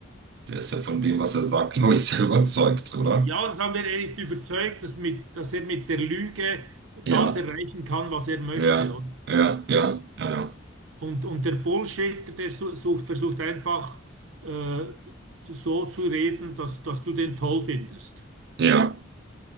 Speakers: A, on the right; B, on the right.
A: der ist ja von dem, was er sagt, glaube ich, sehr überzeugt, oder?
B: Ja, das haben wir, er ist überzeugt, dass, mit, dass er mit der Lüge das
A: Ja,
B: erreichen kann, was er möchte.
A: ja, ja, ja, ja, ja.
B: Und, und der Bullshitter, der su- sucht, versucht einfach äh, so zu reden, dass, dass du den toll findest.
A: Ja.